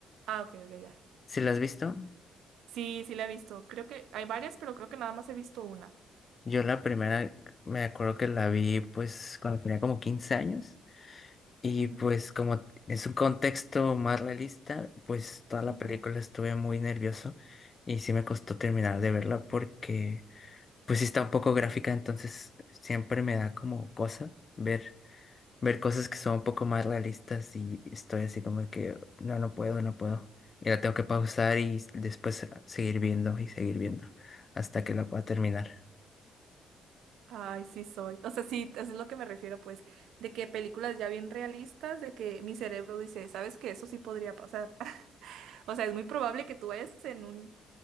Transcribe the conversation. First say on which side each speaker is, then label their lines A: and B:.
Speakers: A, on the right; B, on the left.
A: Ah, ok, ok, ya.
B: ¿Sí la has visto?
A: Sí, sí la he visto. Creo que hay varias, pero creo que nada más he visto una.
B: Yo la primera me acuerdo que la vi pues cuando tenía como quince años y
A: Ujú,
B: pues como es un contexto más realista, pues toda la
A: ujú.
B: película estuve muy nervioso y sí me costó terminar de verla porque pues sí está un poco gráfica, entonces siempre me da como cosa ver ver cosas que son un poco más realistas y estoy así como que no, no puedo, no puedo. Y la tengo que pausar y s- después eh, seguir viendo y seguir viendo hasta que la pueda terminar.
A: Ay, sí soy. O sea, sí, eso es lo que me refiero, pues, de que películas ya bien realistas, de que mi cerebro dice, ¿sabes qué? Eso sí podría pasar. <laughs> O sea, es muy probable que tú vayas en un...